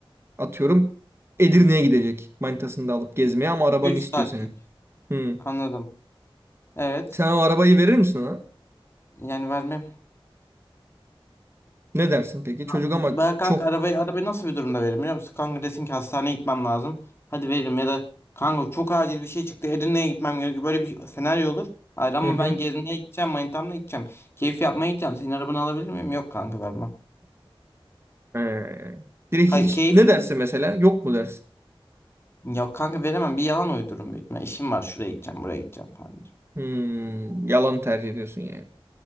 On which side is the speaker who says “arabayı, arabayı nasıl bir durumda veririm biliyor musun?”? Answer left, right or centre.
Left